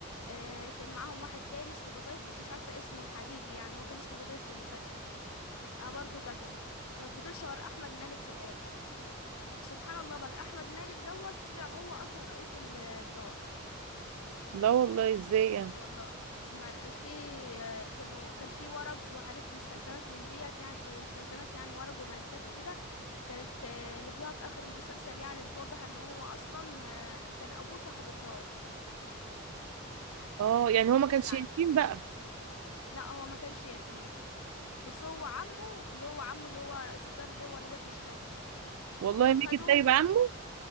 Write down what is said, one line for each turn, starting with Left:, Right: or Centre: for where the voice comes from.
Left: آه، كان معاهم واحد تاني اسمه قطايف بس مش عارفة اسمه الحقيقي يعني هو كان اسمه قطايف في المسلسل اه برضه قتله ما فضلش غير أحمد مالك في الآخر سبحان الله بقى أحمد مالك دوت طلع هو أصلا رئيس الدار
Right: لا والله ازاي يعني
Left: والله ما في آه، كانوا كان في ورق وحاجات مستلزمات من ديت يعني آه، مستلزمات يعني ورق وملفات وكده كانت آه، لقوها في آخر المسلسل يعني بتوضح ان هو اصلا آه، كان ابوه صاحب الدار
Right: اه يعني هو ما كانش
Left: يعني
Right: يتيم بقى
Left: لا هو ما كانش يتيم بس هو عمه اللي هو عمه اللي هو رئيس الدار اللي هو الوحش ده
Right: والله
Left: آه،
Right: ماجد
Left: خدوه
Right: ده يبقى عمه